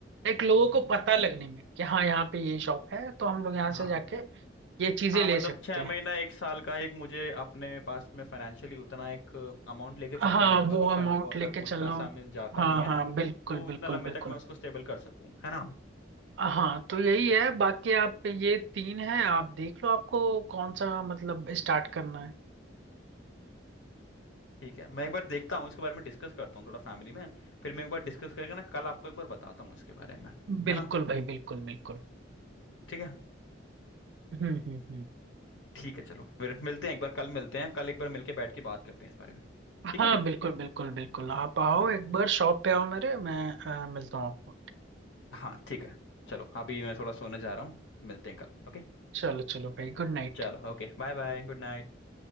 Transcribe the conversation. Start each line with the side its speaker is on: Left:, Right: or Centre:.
Right: एक लोगों
Left: हम्म
Right: को पता लगने में कि हाँ यहाँ पे ये शॉप है तो हम लोग यहाँ से
Left: हाँ
Right: जाके ये चीजें
Left: हाँ
Right: ले
Left: मतलब
Right: सकते
Left: छह
Right: हैं
Left: महीना एक साल का एक मुझे अपने पास में फाइनेंशियली उतना एक अमाउंट लेके चलना
Right: हाँ
Left: होगा
Right: वो
Left: कि
Right: अमाउंट
Left: कल को अगर
Right: लेके चल
Left: उतना
Right: रहा
Left: सा
Right: हूँ
Left: मिल जाता
Right: हाँ
Left: नहीं है
Right: हाँ बिल्कुल
Left: तो उतना
Right: बिल्कुल
Left: लंबे
Right: बिल्कुल
Left: तक मैं उसको स्टेबल कर सकूं है ना
Right: हाँ तो यही है बाकी आप पे ये तीन है आप देख लो आपको कौन सा मतलब स्टार्ट करना है
Left: ठीक है मैं एक बार देखता हूँ इसके बारे में डिस्कस करता हूँ थोड़ा फैमिली में फिर मैं एक बार डिस्कस करके ना कल आपको एक बार बताता हूँ इसके बारे में
Right: बिल्कुल
Left: है ना
Right: भाई बिल्कुल बिल्कुल
Left: ठीक है
Right: हम्म हम्म हम्म
Left: ठीक है चलो फिर मिलते हैं एक बार कल मिलते हैं कल एक बार मिलके बैठ के बात करते हैं इस बारे में ठीक
Right: हाँ
Left: है
Right: बिल्कुल बिल्कुल बिल्कुल आप आओ
Left: हाँ
Right: एक बार शॉप पे आओ मेरे मैं अ, मिलता हूँ आपको
Left: हाँ ठीक है चलो अभी मैं थोड़ा सोने जा रहा हूँ मिलते हैं कल ओके
Right: चलो चलो भाई गुड नाइट
Left: चलो okay bye bye good night